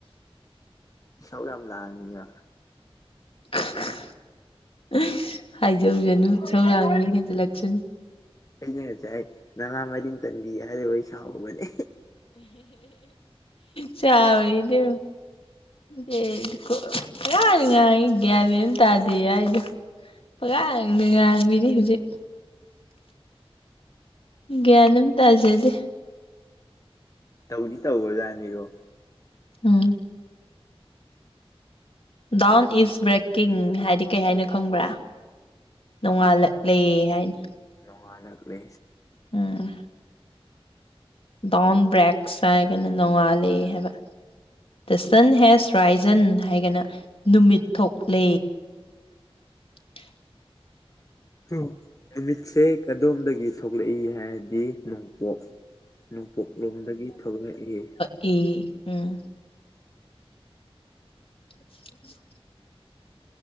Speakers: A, on the left (about 35°); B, on the left (about 65°).
A: ꯏꯁꯧ ꯌꯥꯝ ꯂꯥꯡꯉꯤꯅ
B: ꯑꯁ ꯍꯥꯏꯖꯧꯖꯅꯨ ꯁꯧꯔꯥꯡꯅꯤ ꯍꯦꯟꯖꯜꯂꯛꯁꯅꯤ
A: ꯑꯩꯁꯡꯅ ꯉꯁꯥꯏ ꯅꯃꯥ ꯃꯔꯤꯟ ꯇꯝꯕꯤ ꯍꯥꯏꯔꯨꯕꯩ ꯁꯥꯎꯍꯧꯕꯅꯦ
B: ꯆꯥꯎꯔꯤꯗꯨ ꯌꯦꯡ ꯄꯉꯪꯗ ꯉꯥꯡꯏ ꯒꯌ꯭ꯥꯟ ꯃꯦꯜ ꯑꯃ ꯇꯥꯗꯦ ꯍꯥꯏꯗꯨ ꯄꯉꯥꯡꯗ‌ ꯉꯥꯡꯕꯤꯅꯤ ꯍꯨꯖꯤꯛ ꯒꯤꯌꯥꯟ ꯑꯝ ꯇꯥꯖꯦꯗꯦ
A: ꯇꯧꯗꯤ ꯇꯧꯕꯖꯥꯅꯤꯒꯣ
B: ꯎꯝ ꯗꯥꯎꯟ ꯏꯁ ꯕ꯭ꯔꯦꯛꯀꯤꯡ ꯍꯥꯏꯗꯤ ꯀꯩ ꯍꯥꯏꯅꯣ ꯈꯪꯕ꯭ꯔꯥ ꯅꯣꯡꯉꯥꯜꯂꯛꯂꯦ ꯍꯥꯏꯅ
A: ꯅꯣꯡꯉꯥꯟꯂꯛꯂꯦ
B: ꯎꯝ ꯗꯥꯎꯟ ꯕ꯭ꯔꯦꯛꯁ ꯍꯥꯏꯒꯅ ꯅꯣꯡꯉꯟꯂꯦ ꯍꯥꯏꯕ ꯗ ꯁꯟ ꯍꯦꯁ ꯔꯥꯏꯖꯟ ꯍꯥꯏꯒꯅ ꯅꯨꯃꯤꯠ ꯊꯣꯛꯂꯦ <unintelligible>
A: ꯇꯨ ꯅꯨꯃꯤꯠꯁꯦ ꯀꯗꯣꯝꯗꯒꯤ ꯊꯣꯛꯂꯛꯏ ꯍꯥꯏꯔꯗꯤ ꯅꯣꯡꯄꯣꯛ ꯅꯣꯡꯄꯣꯛꯂꯣꯝꯗꯒꯤ ꯊꯣꯛꯂꯛꯏ
B: ꯢ ꯎꯝ <unintelligible>